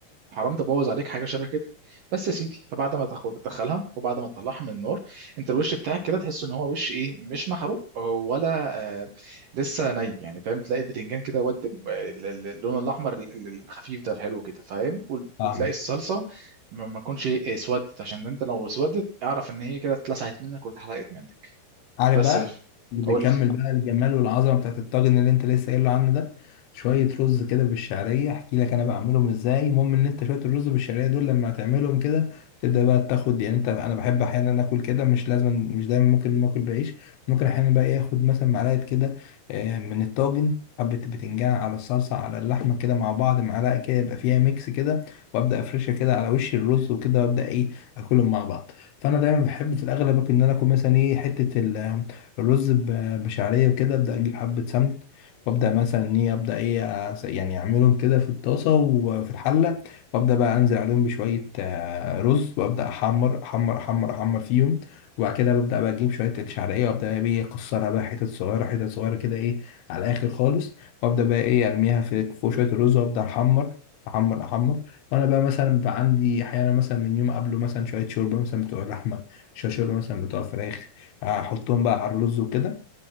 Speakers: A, on the right; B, on the left.
A: حرام تبوظ عليك حاجه شبه كده بس يا سيدي فبعد ما تاخد بتدخلها وبعد ما تطلعها من النار انت الوش بتاعك كده تحس ان هو وش ايه مش محروق ولا آه لسه ني يعني فاهم تلاقي البتنجان كده ود ب- ال- ال- اللون الاحمر ال- ال- الخفيف ده الحلو كده فاهم وال-
B: فاهمك
A: وتلاقي الصلصه ما ما تكونش إيه، اسودت عشان انت لو اسودت اعرف ان هي كده اتلسعت منك واتحرقت منك
B: عارف
A: بس
B: بقى
A: يا ف-
B: اللي بيكمل
A: قول لي
B: بقى الجمال والعظمه بتاعت الطاجن اللي انت لسه قايله عنه ده شويه رز كده بالشعريه احكي لك انا بعملهم ازاي المهم ان انت شويه الرز بالشعريه دول لما هتعملهم كده تبدا بقى تاخد يعني انت انا بحب احيانا اكل كده مش لازم مش دايما ممكن ناكل بعيش ممكن احيانا بقى ايه اخد مثلا معلقه كده آه، من الطاجن حبة بتنجان على الصلصة على اللحمة كده مع بعض معلقة كده يبقى فيها ميكس كده وأبدأ أفرشها كده على وش الرز وكده وأبدأ إيه أكلهم مع بعض فانا دايما بحب في الاغلب ممكن ان انا اكل مثلا ايه حته ال- الرز ب- بشعريه وكده ابدا اجيب حبه سمن وابدا مثلا ان ايه ابدا ايه أس- يعني اعملهم كده في الطاسه وفي الحله وابدا بقى انزل عليهم بشويه آه، رز وابدا احمر احمر احمر احمر فيهم وبعد كده ببدا بقى اجيب شويه الشعريه وابدا بقى ايه اكسرها بقى حتت صغيره حتت صغيره كده ايه على الاخر خالص وابدا بقى ايه ارميها في فوق شويه الرز وابدا احمر احمر احمر وانا بقى مثلا بيبقى عندي احيانا مثلا من يوم قبله مثلا شويه شوربه مثلا بتوع لحمه شويه شوربه مثلا بتوع فراخ احطهم بقى على الرز وكده